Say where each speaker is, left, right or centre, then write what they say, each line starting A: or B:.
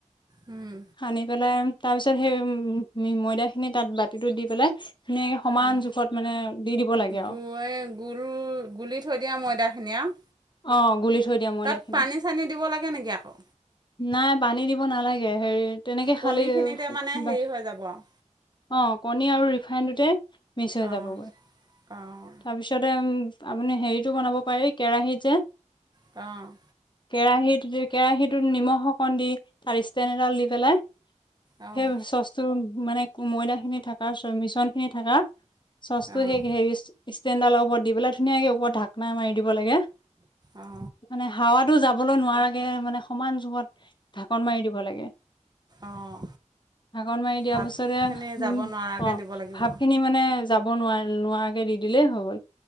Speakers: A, on the right; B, on the left.
A: উম।
B: সানি পেলাই তাৰ পিছত সেই উম, ময়দাখিনি তাত বাতিটো দি পেলাই ধুনীয়াকে সমান
A: উম,
B: জোখত মানে দি দিব লাগে আৰু
A: গৈ-গোল গুলি থৈ দিয়া ময়দাখিনি আৰু।
B: অ', গুলি থৈ দিয়া ময়দা
A: তাত
B: খিনি
A: পানী চানী দিব লাগে নেকি আকৌ?
B: নাই পানী দিব নালাগে, হেৰিত তেনেকে খালি
A: কণীখিনিতে
B: <unintelligible>
A: মানে হেৰি হৈ যাব আৰু।
B: অ', কণী আৰু ৰিফাইনটোতে মিছ হৈ
A: অঁ
B: যাবগৈ,
A: অঁ
B: তাৰপিছতে আপুনি হেৰিতো বনাব পাৰি কেৰাহীত যে
A: অ'।
B: কেৰাহীত, কেৰাহীটোত নিমখ অকণ দি <unintelligible> ষ্টেণ্ড এডাল দি পেলাই,
A: অঁ
B: সেই চচটো মানে ময়দা খিনি থকা চ-মিশ্ৰণ খিনি থকা চচটো
A: অঁ
B: সেই হেৰি ষ্টেণ্ডডালৰ ওপৰত দি পেলাই ধুনীয়াকে ওপৰত ঢাকনা মাৰি দিব লাগে।
A: অঁ
B: মানে হাৱাটো যাব যাবলৈ নোৱাৰাগে মানে সমান যুগত ঢাকন মাৰি দিব লাগে
A: অঁ
B: ধাকন মাৰি দিয়া
A: ভাপখিনি
B: পাছতে
A: যাব
B: উম
A: নোৱাৰাকৈ
B: অ
A: দিব লাগিব
B: ভাপ খিনি মানে যাব নোৱাৰ নোৱাৰাকে দি দিলেই হৈ গ'ল